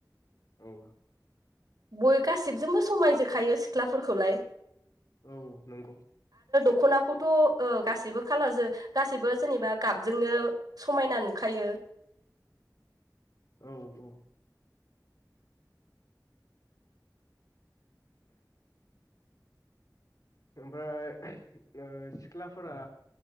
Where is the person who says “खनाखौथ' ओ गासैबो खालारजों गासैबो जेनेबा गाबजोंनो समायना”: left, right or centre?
Right